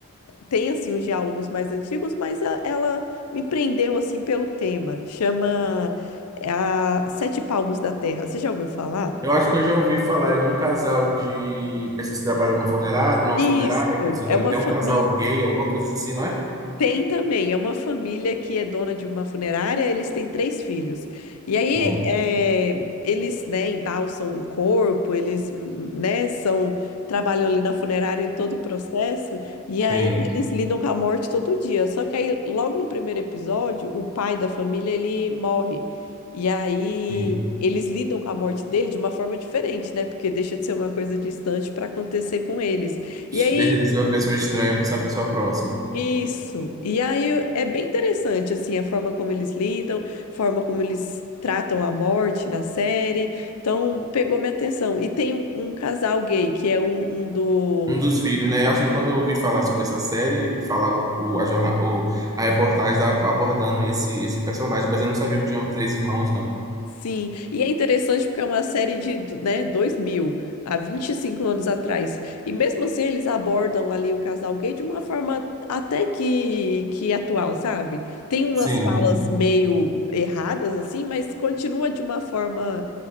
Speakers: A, on the left; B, on the right.
A: tem, assim, os diálogos mais antigos, mas a- ela me prendeu, assim, pelo tema. Chama é, a Sete Palmos da Terra. Você já ouviu falar?
B: Eu acho que eu já ouvi falar de um casal de pessoas que trabalham num funerário, numa
A: Isso,
B: funerária, que se não
A: é
B: me engano,
A: uma
B: tem
A: família.
B: um casal gay, alguma coisa assim, não é?
A: Tem também, é uma família que é dona de uma funerária, eles têm três filhos. E aí,
B: Hum,
A: eh, eles, né, embalsam o corpo, eles, hum, né, são, trabalham ali na funerária em todo o processo, e
B: sim,
A: aí eles lidam com a morte todo dia. Só que aí, logo no primeiro episódio, o pai da família, ele morre. E aí,
B: sim.
A: eles lidam com a morte dele de uma forma diferente, né? Porque deixa de ser uma coisa distante para acontecer com eles. E aí,
B: Deixa de ser uma pessoa estranha para ser uma pessoa próxima.
A: isso. E aí é bem interessante assim a forma como eles lidam, a forma como eles tratam a morte na série. Então pegou minha atenção. E tem um, um casal gay que é um, um dos
B: Um dos filhos, né? Eu acho que quando eu ouvi falar sobre essa série, falava o, a, jorna, o, a reportagem estava abordando esse, esse personagem, mas eu não sabia que tinham três irmãos, não.
A: Sim, e é interessante porque é uma série de, do- né, 2000 há 25 anos atrás. E mesmo assim eles abordam ali o casal gay de uma forma até que, que atual, sabe? Tem umas
B: Sim,
A: falas meio erradas, assim, mas continua de uma forma